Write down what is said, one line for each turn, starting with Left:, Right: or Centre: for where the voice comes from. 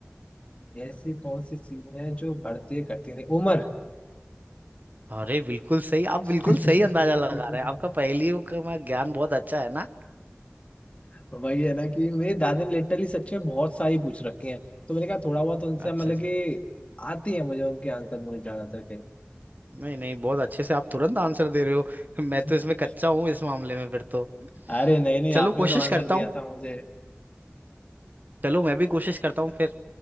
Left: ऐसी कौन सी चीज है जो बढ़ती है घटती नहीं उम्र
Right: अरे बिल्कुल सही आप
Left: <laughs>
Right: बिल्कुल सही अंदाजा लगा रहे हैं आपका पहेलियों का मैं- ज्ञान बहुत अच्छा है ना
Left: वही है ना कि मेरे दादी ने लिटरली सच में बहुत सारी पूछ रखी हैं तो मैंने कहा थोड़ा बहुत उनसे
Right: अच्छा
Left: मतलब
Right: अच्छा
Left: कि आती है मुझे उनके आंसर मुझे ज्यादातर के
Right: नहीं नहीं बहुत अच्छे से आप तुरंत आंसर दे रहे हो मैं
Left: <laughs>
Right: तो इसमें कच्चा हूँ इस मामले में फिर तो
Left: अरे नहीं नहीं
Right: चलो
Left: आपने
Right: कोशिश
Left: तो आंसर
Right: करता
Left: दिया
Right: हूँ
Left: था मुझे
Right: चलो मैं भी कोशिश करता हूँ फिर